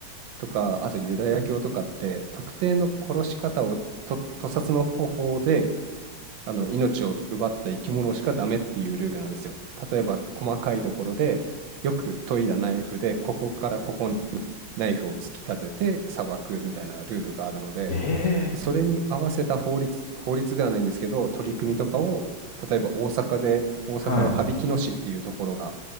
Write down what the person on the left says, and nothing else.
え
はい。